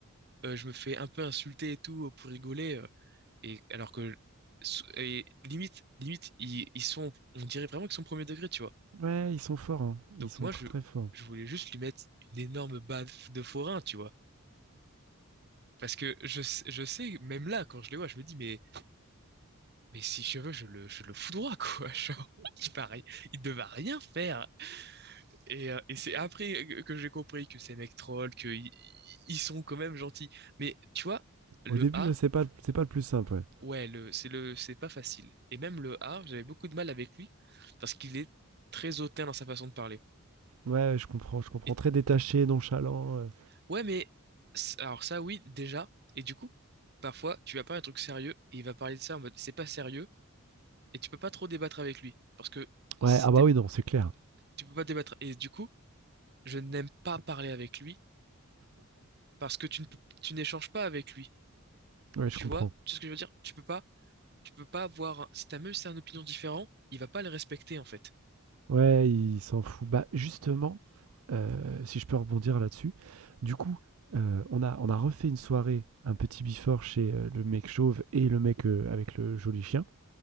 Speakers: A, on the right (about 50°); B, on the right (about 75°).
A: euh, je me fais un peu insulter et tout euh, pour rigoler. euh, et alors que et limite, limite, ils, ils sont, on dirait vraiment qu'ils sont premier degré, tu vois.
B: Ouais, ils sont forts, hein. Ils
A: Donc
B: sont
A: moi,
B: très
A: je,
B: très forts.
A: je voulais juste lui mettre une énorme baffe de forain, tu vois. Parce que je, sais- je sais, même là, quand je les vois, je me dis, mais, mais si je veux, je le, je le foudroie, quoi. <laughs> Genre, il paraît, il ne va rien faire. Et, euh, et c'est après que que j'ai compris que ces mecs trollent, qu'ils ils sont quand même gentils. Mais tu vois, le
B: Au début,
A: A,
B: ouais, c'est pas, c'est pas le plus simple, ouais.
A: Ouais, le, c'est le, c'est pas facile. Et même le A, j'avais beaucoup de mal avec lui parce qu'il est très hautain dans sa façon de parler.
B: Ouais, je comprends, je comprends.
A: Et
B: Très détaché, nonchalant. ouais.
A: ouais, mais c- alors ça, oui, déjà. Et du coup, parfois, tu vas parler un truc sérieux et il va parler de ça en mode c'est pas sérieux et tu peux pas trop débattre avec lui parce que
B: Ouais,
A: si
B: ah bah
A: t'es,
B: oui, non, c'est clair.
A: tu peux pas débattre. Et du coup, je n'aime pas parler avec lui parce que tu ne peux- tu n'échanges pas avec lui.
B: Ouais, je
A: Tu
B: comprends.
A: vois, tu sais ce que je veux dire? Tu peux pas, tu peux pas avoir. un- Si t'as même si t'as une opinion différente, il va pas le respecter en fait.
B: Ouais, il s'en fout. Bah, justement, heu, si je peux rebondir là-dessus, du coup, heu, on a on a refait une soirée, un petit before chez, heu, le mec chauve et le mec, heu, avec le joli chien